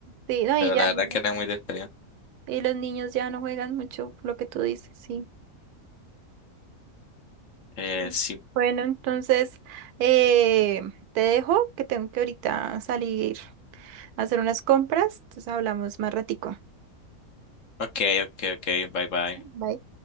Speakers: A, on the right (about 85°); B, on the left (about 60°).
A: Sí, no,
B: Pero
A: y ya
B: la verdad
A: no.
B: que era muy de experiencia.
A: Y los niños ya no juegan mucho, lo que tú dices, sí.
B: Eh,
A: Mm.
B: sí.
A: Bueno, entonces eh, te dejo que tengo que ahorita salir a hacer unas compras, entonces hablamos más ratico.
B: Ok, ok, ok, bye bye.
A: Bye.